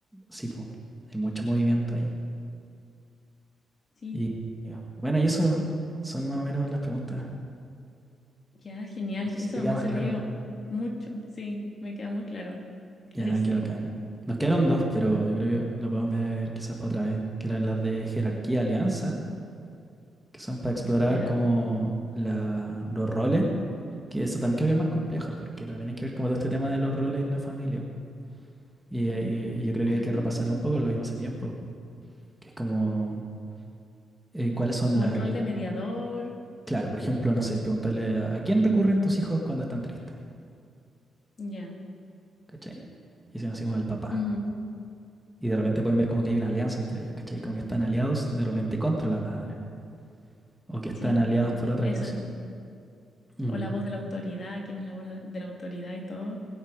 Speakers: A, in the centre; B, on the left.
A: Sí, pues, hay mucho movimiento ahí.
B: Sí,
A: Y y bueno, y eso son más o menos las preguntas.
B: Ya, genial.
A: No sé si
B: Eso
A: te queda
B: me
A: más
B: ha servido
A: claro.
B: mucho. Sí, me queda muy claro.
A: Ya,
B: Clarísimo.
A: qué bacán. Nos quedaron dos, pero yo creo que lo podemos ver quizás para otra vez, que eran las de jerarquía alianza, que son para explorar
B: ¿Ya?
A: como la, los roles, que eso también creo que es más compleja, porque también hay que ver como todo este tema de los roles en la familia. Y, eh, y, eh, yo creo
B: Ah,
A: que hay que repasarlo un poco, lo vimos hace tiempo, que es como eh, cuáles son
B: como
A: las...
B: el
A: ali-
B: rol de mediador.
A: Claro, por ejemplo, no sé, preguntarle a, ¿a quién recurren tus hijos cuando están tristes,
B: Ya.
A: ¿cachai? Y si nos decimos al papá.
B: Ujú,
A: Y de repente pueden ver como que hay una alianza entre ellos, ¿cachai? Como que están aliados de repente contra la madre. o que están
B: Sí,
A: aliados por otra
B: eso.
A: cosa. Mm.
B: O la voz de la autoridad, quién es la voz de la autoridad y todo.